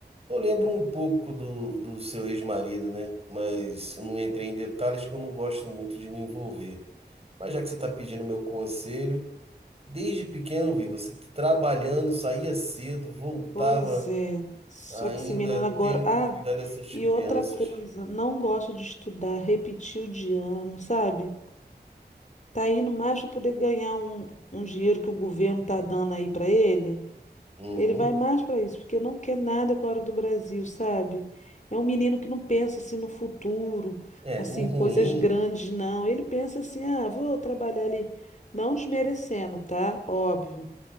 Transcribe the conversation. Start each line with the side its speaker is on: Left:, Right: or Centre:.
Right: Eu lembro um pouco do, do seu ex-marido, né? Mas eu não entrei em detalhes que eu não gosto muito de me envolver. Mas já que você está pedindo meu conselho, desde pequeno eu vi você trabalhando, saía cedo, voltava
Left: Pois é. Só
Right: ainda
Left: que esse menino agora.
Right: tendo
Left: Ah,
Right: que cuidar dessas
Left: e
Right: crianças.
Left: outra coisa, não gosta de estudar, repetiu de ano, sabe? Tá indo mais para poder ganhar um, um dinheiro que o governo tá dando aí para ele.
Right: Uhum.
Left: Ele vai mais para isso, porque não quer nada com a hora do Brasil, sabe? É um menino que não pensa assim no futuro,
Right: É,
Left: assim,
Right: o ruim.
Left: coisas grandes, não. Ele pensa assim, ah, vou trabalhar ali, não desmerecendo, tá? Óbvio.